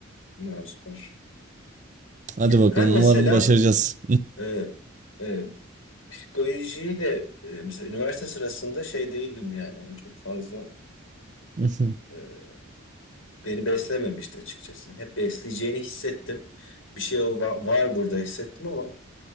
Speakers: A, on the left; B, on the right.
A: Ne süper.
B: hadi bakalım
A: Ben mesela
B: umarım başaracağız
A: e, e, psikolojiyle e, mesela üniversite sırasında şey değildim yani. Hani çok fazla
B: <laughs>
A: Ee, beni beslememişti açıkçası. Hep besleyeceğini hissettim. Bir şey o va- var burada hissettim ama